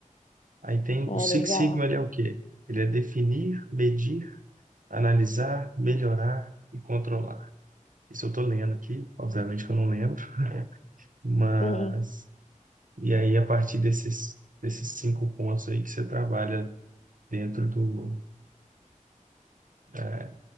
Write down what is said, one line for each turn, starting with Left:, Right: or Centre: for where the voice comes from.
Right: aí tem o
Left: É
Right: Six
Left: legal.
Right: Sigma, ele é o quê? Ele é definir, medir, analisar, melhorar e controlar. Isso eu tô lendo aqui, obviamente que eu não lembro, mas
Left: Sim.
Right: E aí, a partir desses, desses cinco pontos aí que você trabalha dentro do, é,